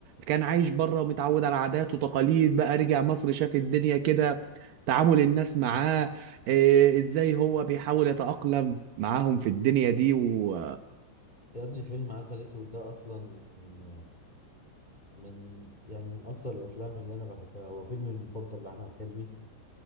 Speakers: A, on the right (about 70°); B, on the left (about 75°).
A: كان عايش بره ومتعود على عادات وتقاليد بقى رجع مصر شاف الدنيا كده تعامل الناس معاه إيه ازاي هو بيحاول يتأقلم معاهم في الدنيا دي و
B: يا ابني فيلم عسل اسود ده اصلا من من- يعني من اكتر الافلام اللي انا بحبها هو فيلمي المفضل لاحمد حلمي